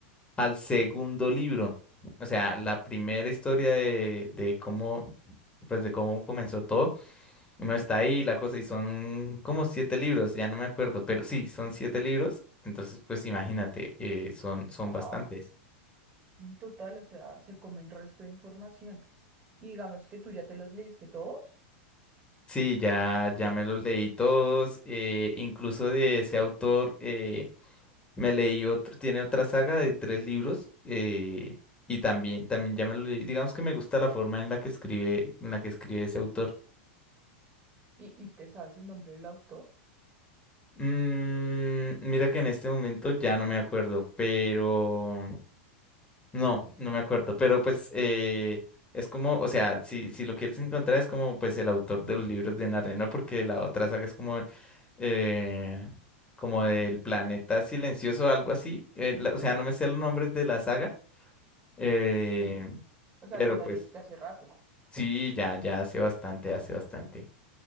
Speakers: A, on the left; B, on the right.
A: al segundo libro. O sea, la primera historia de, de cómo, pues de cómo comenzó todo. Uno está ahí, la cosa, y son como siete libros, ya no me acuerdo, pero sí, son siete libros. Entonces, pues imagínate, eh, son, son
B: Wow.
A: bastantes.
B: Y total, o sea, se comen resto de información. Y digamos que tú ya te los leíste todos
A: Sí, ya, ya me los leí todos. eh, incluso de ese autor. eh, Me leí otro, tiene otra saga de tres libros eh, y también, también ya me lo leí. Digamos que me gusta la forma en la que escribe, en la que escribe ese autor.
B: y, y te sabes el nombre del autor.
A: Mm, mira que en este momento ya no me acuerdo, pero no, no me acuerdo. Pero pues eh, es como, o sea, si, si lo quieres encontrar es como pues el autor de los libros de Narnia, ¿no? Porque la otra saga es como eh, como del planeta silencioso, algo así. eh, la- o sea, no me sé los nombres de la saga. Eh,
B: Sí. O sea,
A: Pero
B: te la
A: pues
B: leíste hace rato.
A: sí, ya, ya hace bastante, hace bastante.